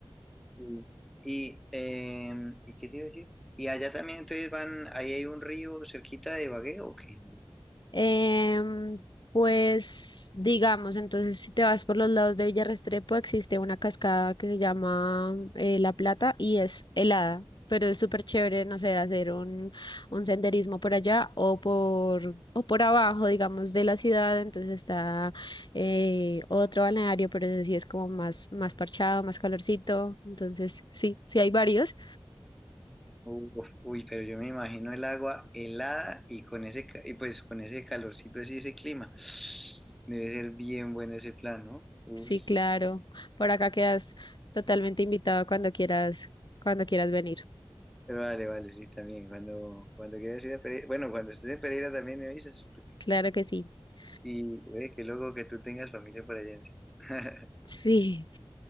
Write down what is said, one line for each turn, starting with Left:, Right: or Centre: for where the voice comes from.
Centre: Y, y, em, ¿y qué te iba a decir? Y allá también entonces van, ahí hay un río cerquita de Ibagué ¿o qué?
Left: Em, pues digamos, entonces si te vas por los lados de Villarrestrepo existe una cascada que se llama eh, La Plata y es helada, pero es súper chévere, no sé, hacer un, un senderismo por allá o por, o por abajo, digamos, de la ciudad, entonces está eh, otro balneario, pero ese sí es como más, más parchado, más calorcito, entonces sí, sí hay varios,
Centre: Uf, uy, pero yo me imagino el agua helada y con ese, ca- y pues con ese calorcito así, ese clima. <sighs> Debe ser bien bueno ese plan, ¿no? Uy.
Left: sí, claro, por acá quedas totalmente invitado cuando quieras, cuando quieras venir.
Centre: Vale, vale, sí, también. Cuando, cuando quieras ir a Pereira, bueno, cuando estés en Pereira también me avisas. porque-
Left: Claro que sí. <laughs>
Centre: Y eh, que luego que tú tengas familia por allá en sí. <laughs>
Left: Sí.